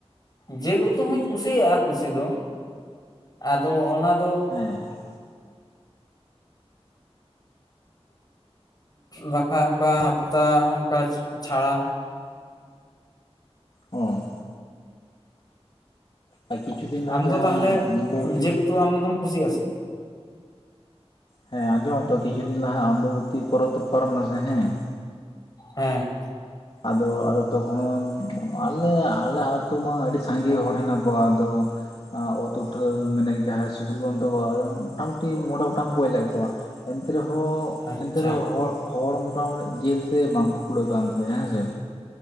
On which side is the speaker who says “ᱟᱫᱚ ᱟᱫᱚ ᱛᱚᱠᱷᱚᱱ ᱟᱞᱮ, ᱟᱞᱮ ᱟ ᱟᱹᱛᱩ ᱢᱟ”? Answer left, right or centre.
Left